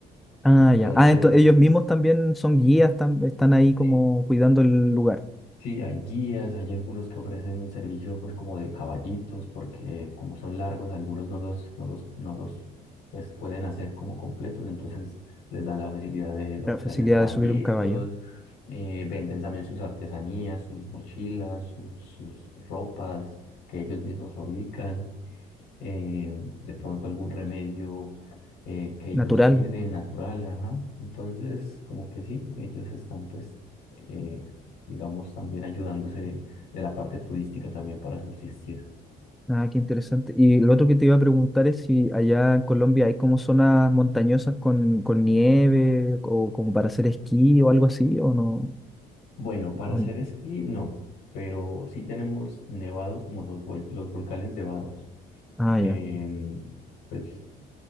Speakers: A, in the centre; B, on the left.
A: Ah,
B: Entonces,
A: ya. Ah, entonces ellos mismos también son guías, están, están ahí
B: ¿sí?
A: como cuidando el lugar,
B: Sí, hay guías, hay algunos que ofrecen servicio pues como de caballitos, porque como son largos, algunos no los, no los, no los pues pueden hacer como completos, entonces les dan la facilidad de ofrecerles
A: la facilidad
B: caballitos,
A: de subir un caballo.
B: eh, venden también sus artesanías, sus mochilas, sus, sus ropas que ellos mismos fabrican eh, de pronto algún remedio eh, que ellos
A: Natural.
B: tienen natural, ajá. Entonces, como que sí, ellos están pues, eh, digamos, también ayudándose de la parte turística también para subsistir.
A: Ah, qué interesante. Y lo otro que te iba a preguntar es si allá en Colombia hay como zonas montañosas con, con nieve o como para hacer esquí o algo así, o no.
B: Bueno, para
A: o
B: hacer
A: no.
B: esquí no, pero sí tenemos nevados como los, vol- los volcanes nevados.
A: Ah,
B: Em,
A: ya.
B: pues